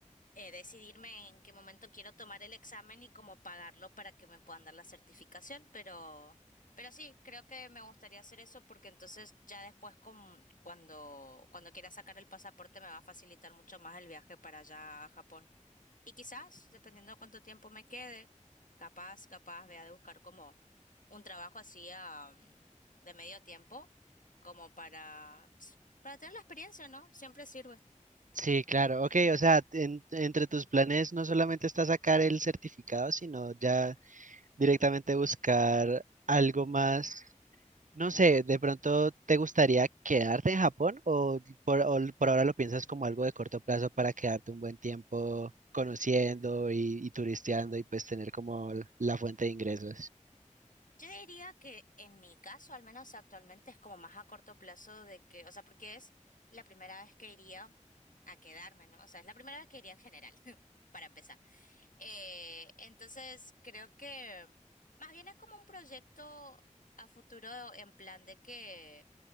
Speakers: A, on the left; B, on the right.
A: eh, decidirme en qué momento quiero tomar el examen y cómo pagarlo para que me puedan dar la certificación, pero, pero sí, creo que me gustaría hacer eso porque entonces ya después con, cuando, cuando quiera sacar el pasaporte me va a facilitar mucho más el viaje para allá a Japón. Y quizás, dependiendo de cuánto tiempo me quede, capaz, capaz, vea de buscar como un trabajo así ah, mm, de medio tiempo, como para, ts- para tener la experiencia, ¿no? Siempre sirve.
B: Sí, claro, ok, o sea, en- entre tus planes no solamente está sacar el certificado, sino ya directamente buscar algo más, no sé, de pronto te gustaría quedarte en Japón o por, o por ahora lo piensas como algo de corto plazo para quedarte un buen tiempo conociendo y, y turisteando y pues tener como la fuente de ingresos.
A: Yo diría que en mi caso, al menos actualmente, es como más a corto plazo de que, o sea, porque es la primera vez que iría a quedarme, ¿no? O sea, es la primera vez que iría en general, <laughs> para empezar. Eh, entonces, creo que más bien es como un proyecto a futuro en plan de que